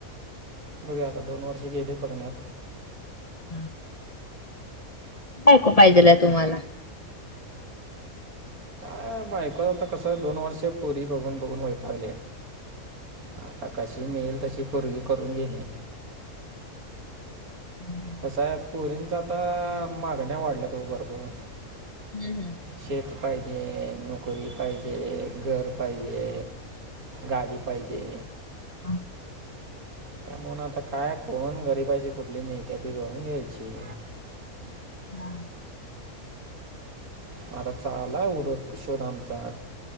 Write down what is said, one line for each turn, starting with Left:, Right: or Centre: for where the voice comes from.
Right: बघु या आता, दोन वर्षे गेली बघण्यात
Left: हा बायको पाहिलेलं ये तुम्हाला?
Right: अं बायको नही त कसं होणार? दोन वर्ष पूरी बघून- बघून वैतागलोय. आता कशी मिळेल, तशी पोरगी करून घेणे.
Left: <inaudible>
Right: कसं पोरींचं आता मागण्या वाढल्या त भरपूर.
Left: हम् हम्.
Right: शेत पाहिजे, नोकरी पाहिजे, घर पाहिजे. गाडी पाहिजे
Left: हा,
Right: त्या म्हूनण आता काय कोण गरीबाची कुठली मिळते ती घिऊन घ्यायची.
Left: हा,
Right: माझा चाला उड <unintelligible> शोध आमचा.